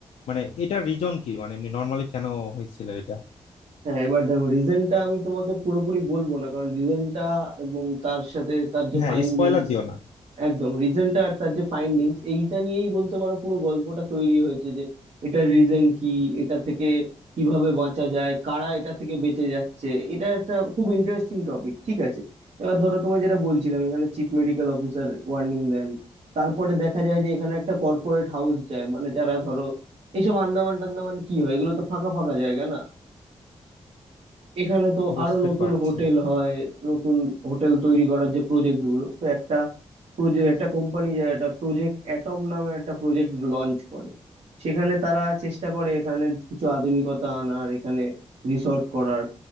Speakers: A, on the left (about 80°); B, on the right (about 70°).
A: মানে এটা রিজন কি মানে এমনি নর্মালি কেন হয়েছিল এটা
B: হ্যাঁ এবার দেখো রিজনটা আমি তোমাকে পুরোপুরি বলবো না কারণ রিজনটা এবং তার সাথে তার যে
A: হ্যাঁ
B: ফাইন্ডিংস
A: স্পয়লার দিও না
B: একদম রিজনটা আর তার যে ফাইন্ডিংস এইটা নিয়েই বলতে পারো পুরো গল্পটা তৈরি হয়েছে যে এটার রিজন কি এটা থেকে কিভাবে বাঁচা যায় কারা এটা থেকে বেঁচে যাচ্ছে এটা একটা খুব ইন্টারেস্টিং টপিক ঠিক আছে এবার ধরো তোমায় যেটা বলছিলাম এখানে চিফ মেডিকেল অফিসার ওয়ার্নিং দেন তারপরে দেখা যায় যে এখানে একটা কর্পোরেট হাউস যায় মানে যারা ধরো এইসব আন্দামান টান্দামান কি হয় এগুলো তো ফাঁকা ফাঁকা জায়গা না এখানে তো
A: বুঝতে
B: আরো নতুন
A: পারছি
B: হোটেল হয় নতুন হোটেল তৈরি করার যে প্রজেক্ট গুলো তো একটা প্রজেক্ট একটা কোম্পানি যায় একটা প্রজেক্ট অ্যাটম নামে একটা প্রজেক্ট লঞ্চ করে সেখানে তারা চেষ্টা করে এখানে কিছু আধুনিকতা আনার এখানে রিসর্ট করার